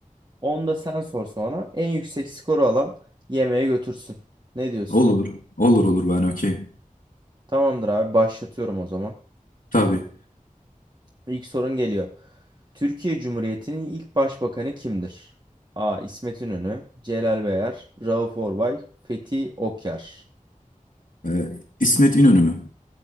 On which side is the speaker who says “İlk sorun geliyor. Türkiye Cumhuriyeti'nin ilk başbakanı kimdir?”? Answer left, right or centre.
Right